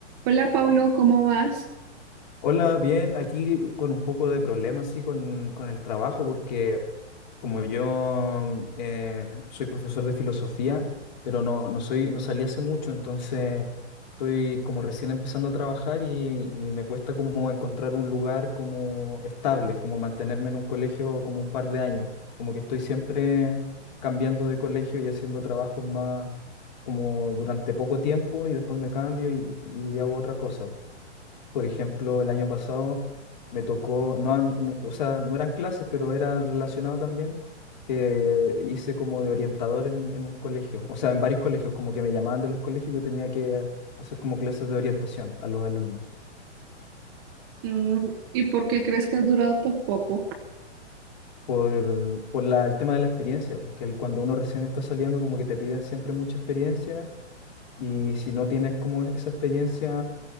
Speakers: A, on the right; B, on the left.
A: Hola Paulo, ¿cómo vas?
B: Hola, bien, aquí con un poco de problemas sí, con, con el trabajo, porque como yo mm, eh, soy profesor de filosofía, pero no, no soy, no salí hace mucho, entonces estoy como recién empezando a trabajar y, y me cuesta como encontrar un lugar como estable, como mantenerme en un colegio como un par de años, como que estoy siempre cambiando de colegio y haciendo trabajos más como durante poco tiempo y después me cambio y, y hago otra cosa. Por ejemplo, el año pasado me tocó, no, no- o sea, no eran clases, pero era relacionado también, que hice como de orientador en, en un colegio, o sea, en varios colegios, como que me llamaban de los colegios, yo tenía que hacer como clases de orientación a los alumnos,
A: Mm, ¿Y por qué crees que has durado tan poco?
B: por, por la- el tema de la experiencia, porque el- cuando uno recién está saliendo, como que te piden siempre mucha experiencia Y si no tienes como esa experiencia